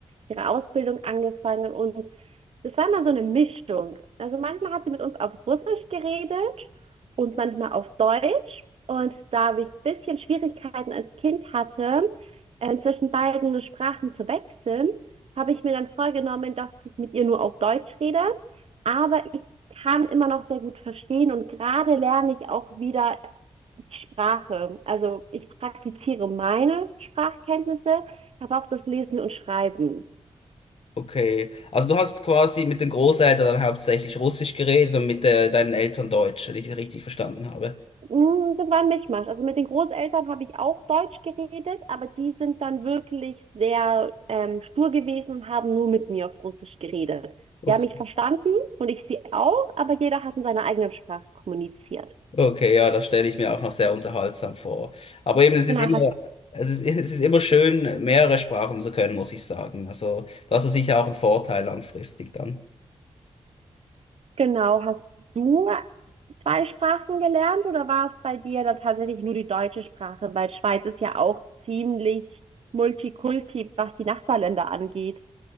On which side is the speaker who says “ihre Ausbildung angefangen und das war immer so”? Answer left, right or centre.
Right